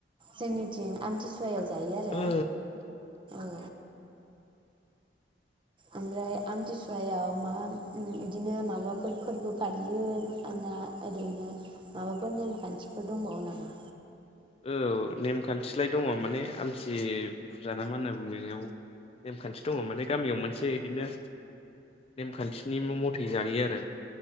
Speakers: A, on the right (about 30°); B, on the left (about 35°).
A: जोंनिथि आमथिसु वायाव जायो आरो
B: ओ
A: औ ओमफ्राय आमथिसुवायाव मा बिदिनो माबाफोर फोरबो फालियो आंना ओरैनो माबाफोर नेमखान्थिफोर दंबावो नामा?
B: औ नेमखान्थिलाय दङ माने आमसि फुजा ना मा होनना बुङो बेयाव नेमखान्थि दङ माने गामियाव मोनसे बिदिनो नेमखान्थिनि मथे जाहायो आरो।